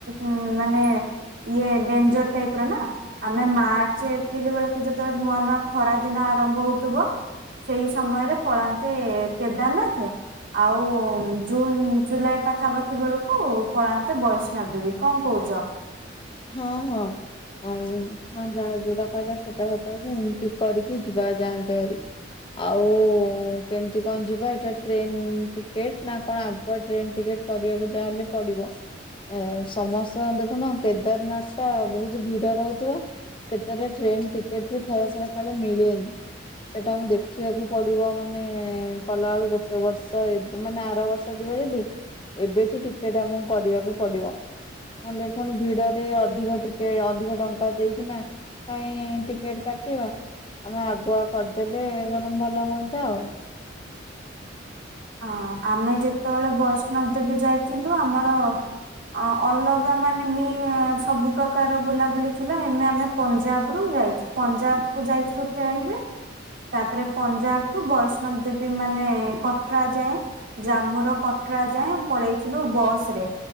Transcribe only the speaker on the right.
ଉଁ ମାନେ ଇଏ ଡେଞ୍ଜର ଟାଇପର ନା। ଆମେ ମାର୍ଚ୍ଚ ଏପ୍ରିଲ ବେଳକୁ ଯେତେବେଳେ ନୂଆ ନୂଆ ଖରା ଦିନ ଆରମ୍ଭ ହୋଉଥିବ ସେଇ ସମୟରେ ପଳାନ୍ତେ କେଦାରନାଥେ। ଆଉ ଜୁନ ଜୁଲାଇ ପାଖାପାଖି ବେଳକୁ ପଳାନ୍ତେ ବୈଷ୍ଣବ ଦେବୀ କଣ କହୁଚ।
ହଁ ଆମେ ଯେତେବେଳେ ବୈଷ୍ଣବ ଦେବୀ ଯାଇଥିଲୁ ଆମର ଅ ଅଲଗା ମାନେ ମୀ ସବୁ ପ୍ରକାର ବୁଲାବୁଲି ଥିଲା ହେନେ ଆମେ ପଞ୍ଜାବ ରୁ ଯାଇଥି ପଞ୍ଜାବ କୁ ଯାଇଥିଲୁ ଟ୍ରେନ ରେ। ତାପରେ ପଞ୍ଜାବ ଠୁ ବୈଷ୍ଣବ ଦେବୀ ମାନେ କ କଟ୍ରା ଯାଏଁ ଜାମ୍ମୁ ର କଟରା ଯାଏଁ ପଳେଇଥିଲୁ ବସ ରେ।